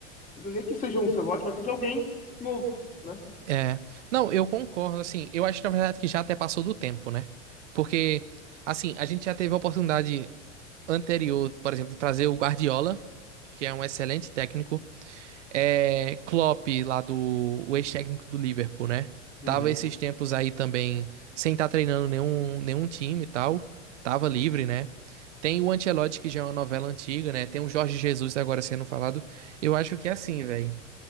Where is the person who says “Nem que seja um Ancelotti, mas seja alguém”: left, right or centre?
Left